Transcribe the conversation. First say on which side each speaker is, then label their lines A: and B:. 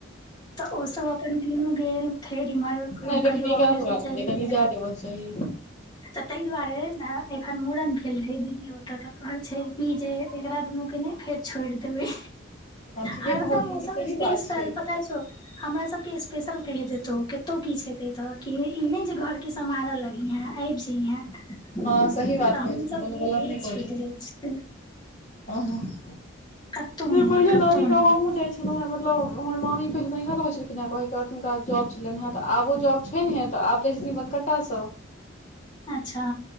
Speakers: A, on the left; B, on the left.
A: तऽ ओ सब अपन तीनू गेल, फेर इम्हर
B: नहि
A: कहियो
B: लेकिन ई
A: अखलेशो
B: गलत बात
A: चलि
B: भेलै कनि
A: गेल।
B: जाय देबक चाही
A: तऽ ताहि दुआरे ने एखन मूड़न भेल रहै दीदी ओतऽ तऽ कहै छै। ई जे एकरा दुनू के ने फेर छोड़ देबै।
B: हँ ठीके
A: हरदम
B: कहलखिन
A: ओ
B: कि
A: सब
B: सही
A: स्पेशल,
B: बात छै
A: पता छौ हमरा सब के स्पेशल कहि देतौ कतौ की छै। ठिके तऽ की, ई नै जे घर के सम्हारऽ लगिहँ। आबि अइहेँ, तऽ
B: हँ सही बात कहै
A: हमसब
B: छथिन कोनो
A: बे
B: गलत
A: बेग
B: नहि कहै
A: छुटि
B: छथिन
A: जाइ छै।
B: हँ
A: कत्तौ
B: से
A: नै
B: पहिले
A: ये कत्तौ
B: नानी
A: नै
B: गाँव
A: ये।
B: हमहुँ जाइ छलहुँ हेँ मतलब हमर मामी पहिले नैहर रहै छलखिन हँ। कहैक अर्थ हुनका जॉब छलनि हँ। तऽ आबो जॉब छैन्हेँ तऽ आब तऽ जे तीमन कत्तऽ सऽ?
A: अच्छा!